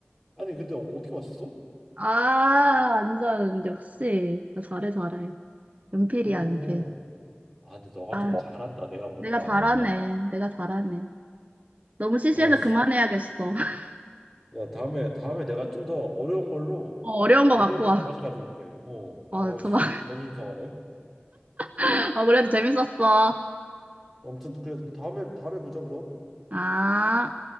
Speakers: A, in the centre; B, on the right (about 35°).
A: 아니, 근데 어떻게 맞췄어?
B: 아, 완전, 역시. 잘해, 잘해. 연필이야,
A: 오.
B: 연필.
A: 아, 근데 너가
B: 아,
A: 좀 잘한다. 내가 보니까.
B: 내가 잘하네. 내가 잘하네. 너무 시시해서
A: 어씨.
B: 그만해야겠어. <laughs>
A: 야, 다음에 다음에 내가 좀 더 어려운 걸로
B: 어, 어려운 거
A: 어려운
B: 갖고
A: 걸로
B: 와.
A: 다시 가져올게. 어.
B: 어,
A: 아이씨.
B: 저 막,
A: 자존심 상하네.
B: <laughs> 어, 그래도 재밌었어.
A: 아무튼 그래 다음에 다음에 보자 그럼.
B: 아.